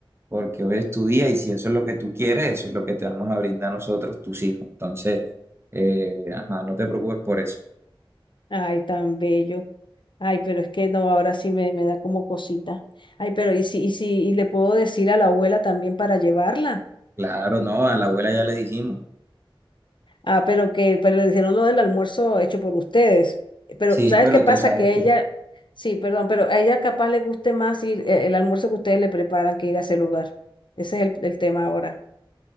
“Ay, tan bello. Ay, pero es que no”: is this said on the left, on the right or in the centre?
Left